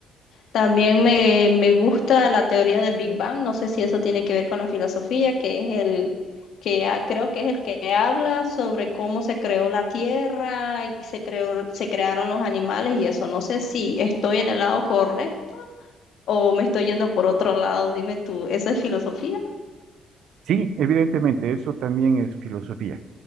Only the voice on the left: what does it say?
También me, me gusta la teoría del Big Bang. No sé si eso tiene que ver con la filosofía, que es el que ha- creo que es el que habla sobre cómo se creó la Tierra, y se creó, se crearon los animales y eso. No sé si estoy en el lado correcto o me estoy yendo por otro lado. Dime tú, ¿eso es filosofía?